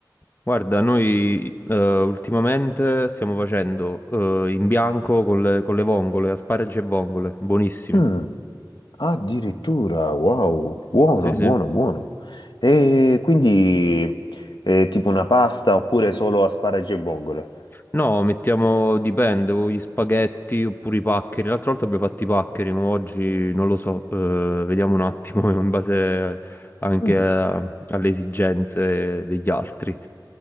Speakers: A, on the left (about 30°); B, on the left (about 80°).
A: guarda, noi eh, ultimamente stiamo facendo eh, in bianco con le, con le vongole, asparagi e vongole, buonissimi.
B: Mm, addirittura, wow, buono,
A: Sì, sì.
B: buono, buono. E quindi eh, tipo una pasta oppure solo asparagi e vongole?
A: No, mettiamo, dipende, o gli spaghetti oppure i paccheri. L'altra volta abbiamo fatto i paccheri, ma oggi non lo so, eh, vediamo un attimo <laughs> in base anche
B: Mm,
A: a- alle esigenze degli altri.